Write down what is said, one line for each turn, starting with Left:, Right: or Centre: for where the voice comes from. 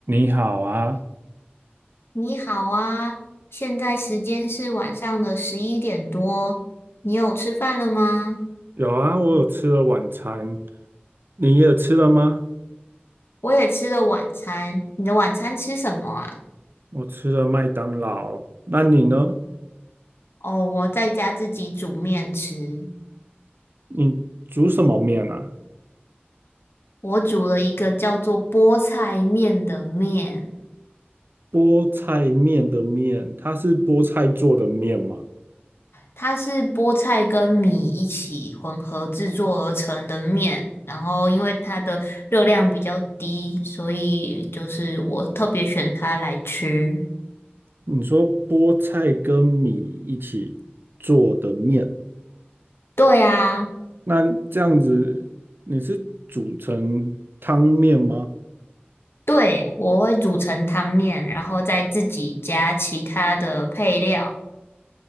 Right: 你好啊，
Left: 你好啊，现在时间是晚上的十一点多，你有吃饭了吗？
Right: 有啊，我有吃了晚餐，你也吃了吗？
Left: 我也吃了晚餐，你的晚餐吃什么啊？
Right: 我吃了麦当劳，那你呢？
Left: 哦，我在家自己煮面吃，
Right: 你煮什么面啊？
Left: 我煮了一个叫做菠菜面的面，
Right: 菠菜面的面，它是菠菜做的面吗？
Left: 它是菠菜跟米一起混合制作而成的面，然后因为它的热量比较低，所以就是我特别选它来吃。
Right: 你说菠菜跟米一起做的面，
Left: 对啊。
Right: 那这样子你是煮成汤面吗？
Left: 对，我会煮成汤面，然后再自己加其他的配料。